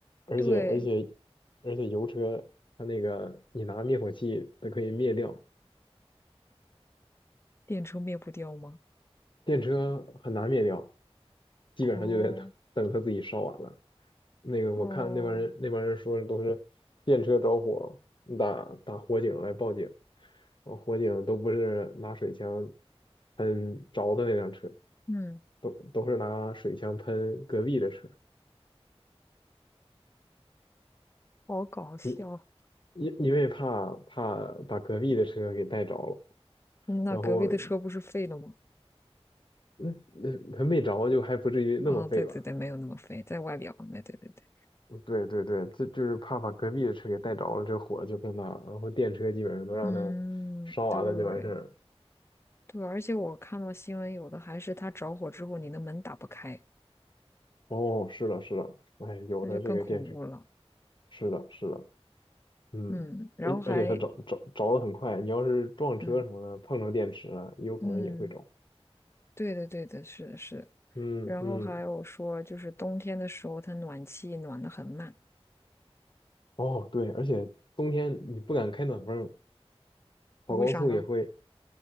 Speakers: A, on the left; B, on the left.
A: 而且而且
B: 对，
A: 而且油车它那个你拿灭火器它可以灭掉，
B: 电车灭不掉吗？
A: 电车很难灭掉，基本上就得等等它自己烧完了。
B: 哦
A: 那个我看那帮人那帮人说的都是电车着火，
B: 哦，
A: 打打火警来报警，然后火警都不是拿水枪喷着的那辆车，
B: 嗯，
A: 都都是拿水枪喷隔壁的车，
B: 好搞笑。
A: 因
B: 嗯
A: 因因为怕怕把隔壁的车给带着了，
B: 那隔壁的车不是废了吗？
A: 然后那那他没着就还不至于那么废吧。
B: 啊、对对对，没有那么废，在外表。对对对对，
A: 对对对，这就是怕把隔壁的车给带着了，这火就更大了。然后电车基本上都让它
B: 嗯，
A: 烧完了就完事儿了。
B: 对对，而且我看到新闻，有的还是它着火之后，你的门打不开，
A: 哦，是的，是的，哎，有的这个电车，
B: 那就更恐怖了。
A: 是的，是的，嗯，
B: 嗯，然后还
A: 而而且它着着着的很快，你要是撞车什么的，
B: 嗯
A: 碰着电池了，有可能也会着。
B: 嗯。对的，对的，是的，是的。
A: 嗯嗯，
B: 然后还有说，就是冬天的时候，它暖气暖得很慢，
A: 哦对，而且冬天你不敢开暖风，跑高速也会。
B: 为啥呢？